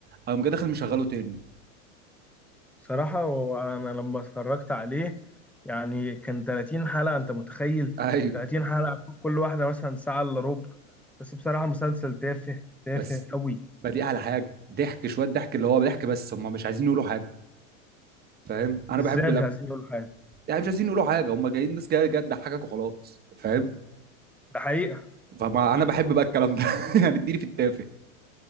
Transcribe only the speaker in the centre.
بصراحة وانا لما اتفرجت عليه يعني كان 30 حلقة انت متخيل
30 حلقة كل واحدة مثلا ساعة الا ربع بس بصراحة مسلسل تافه تافه
قوي
ازاي
مش عايزين يقولوا حاجة
ده حقيقة